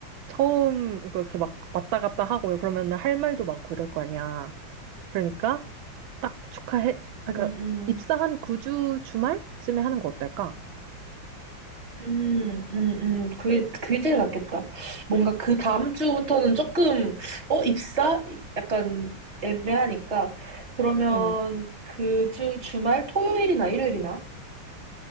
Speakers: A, on the right (about 80°); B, on the right (about 35°).
A: 처음 이거 이렇게 막 왔다 갔다 하고 그러면은 할 말도 많고 이럴 거 아니야. 그러니까 딱 축하해. 아,
B: 음,
A: 그러니까
B: 음.
A: 입사한 9주 주말쯤에 하는 거 어떨까?
B: 음, 음, 음. 그게, 그게 제일 낫겠다. 뭔가 그 다음 주부터는 조금, 어, 입사? 약간 애매하니까. 그러면
A: 응.
B: 그 주 주말 토요일이나 일요일이나?